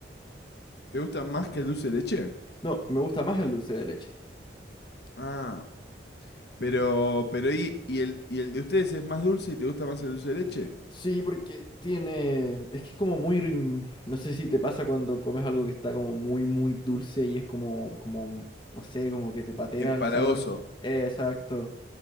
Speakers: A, on the left (about 60°); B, on the left (about 25°).
A: ¿Te gusta más que el dulce de leche?
B: No, me gusta más el dulce de leche.
A: Ah, pero, pero ¿y, y el, y el de ustedes es más dulce y te gusta más el dulce de leche?
B: Sí, porque tiene. Es que es como muy. rim- No sé si te pasa cuando comes algo que está como muy, muy dulce y es como, como, no sé, como que te patea
A: Empalagoso.
B: el sabor. Eh, exacto.